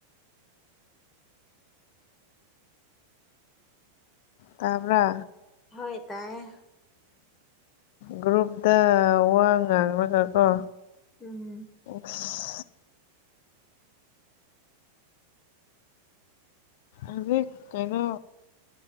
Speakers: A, on the left (about 50°); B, on the left (about 20°).
A: ꯇꯥꯕ꯭ꯔꯥ
B: ꯍꯣꯏ ꯇꯥꯏꯌꯦ
A: ꯒ꯭ꯔꯨꯞꯇ ꯋꯥ ꯉꯥꯡꯂꯒꯀꯣ
B: <unintelligible>
A: <unintelligible> ꯑꯗꯤ ꯀꯩꯅꯣ